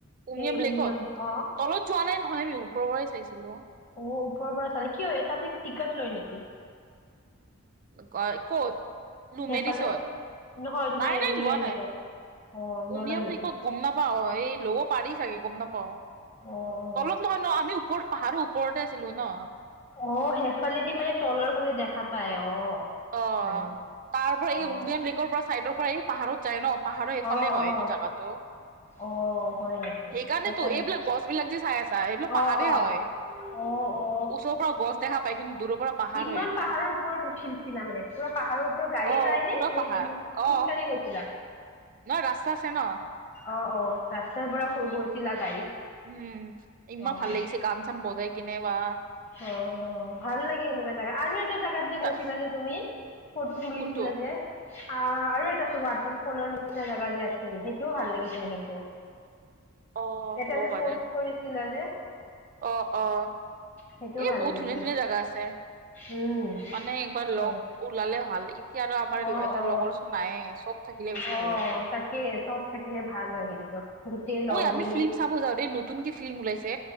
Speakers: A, on the right (about 40°); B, on the left (about 35°).
A: উমিয়
B: সেই
A: লেকত
B: উমিয়াম অ'
A: তলত যোৱা নাই নহয়, আমি ওপৰৰ পৰাই চাইছিলো
B: অ ওপৰৰ পৰা চালয় কিয় তাতে টিকট লয় নেকি?
A: উ ক'ত? লুমেৰিছত,
B: সেইফালে নহয় তোমাৰ
A: নাই
B: এই
A: নাই
B: উমিয়াম
A: লোৱা নাই
B: লেকত অ নলয়
A: উমিয়াম
B: নেকি?
A: লেকাত। গম নাপাও এই ল'ব পাৰি চাগে গম নাপাওঁ,
B: অ অ
A: তলত নহয় ন আমি ওপৰত পাহাৰৰ ওপৰতে আছিলো ন।
B: অ সেফালেদি মানে তলৰ ফালে দেখা পায় অ।
A: অঁ
B: মানে
A: তাৰ পৰা এই
B: অ
A: উমিয়াম লেকৰ পৰা চাইডৰ পৰা এই পাহাৰত যায় ন, পাহাৰৰ এইফালে
B: অ
A: হয়
B: অ
A: এইটো জেগাতটো।
B: অ হয় নেকি
A: সেইকাৰণেতো
B: সেইকাৰণে
A: এইবিলাক গছবিলাক যে চাই আছা এইবিলাক পাহাৰেই
B: অ অ
A: হয়।
B: অ অ
A: ওচৰৰ পৰা গছ দেখা পাই কিন্তু দূৰৰ পৰা- পাহাৰ
B: ইমান
A: হয় এইটো
B: পাহাৰৰ ওপৰত উঠিলছিলা মানে পুৰা পাহাৰৰ- গাড়ী
A: অ
B: যায়
A: পুৰা
B: নে নে
A: পাহাৰ
B: তুমি
A: অ
B: খোজ কাড়ি গৈছিলা?
A: নহয় ৰাস্তা আছে ন
B: অঁ অঁ ৰাস্তাৰ পৰা শুই গৈছিলা গাড়ীত।
A: উম' ইমান
B: অ
A: ভাল লাগিছে গান চান বজাই কিনে বা।
B: অ ভাল লাগে এনেকুৱা জেগা আৰু এটা জেগাত যে
A: তা-
B: গৈছিলা যে তুমি। ফটো তুলিছিলা
A: কোনটো
B: যে। আহ আৰু এটা ৱাটাৰফলৰ নিচিনা জেগা যে আছিল সেইটোও ভাল লাগিছিল কিন্তু।
A: অ
B: এটা
A: হব
B: যে
A: পাৰে।
B: পষ্ট কৰিছিলা যে।
A: অ অ'
B: সেইটোও
A: এই
B: ভাল
A: বহুত
B: লাগিছিল
A: ধুনীয়া ধুনীয়া জাগা আছে
B: উম
A: মানে একবাৰ
B: হয়
A: লগ ওলালে ভাল লাগে। এতিয়া আৰু আমাৰ
B: অ
A: তাৰ
B: অ
A: লগৰচোন নায়ে চব থাকিলে বেছি
B: অ
A: ভাল লাগে।
B: তাকে চব থাকিলে ভাল হয় কিন্তু গোটেই লগ
A: ঐ আমি
B: মিলি
A: ফিল্ম চাব যাওঁ দেই নতুনক ফিল্ম ওলাইছে।